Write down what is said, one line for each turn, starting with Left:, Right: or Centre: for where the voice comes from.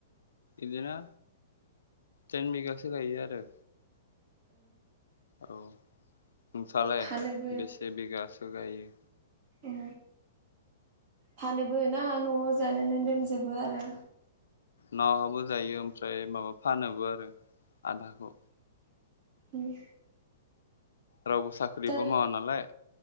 Left: इदिनो थेन बिगासो गायो आरो। औ नोंसालाय
Right: फानोबो
Left: बेसे बिगासो गायो?
Right: उम फानोबो ना न'आव जानानैानानै दोनजोबो आरो?
Left: नावहाबो जायो ओमफ्राय माबा फानोबो आरो। आधाखौ
Right: उम
Left: रावबो साख्रिबो
Right: दा
Left: मावा नालाय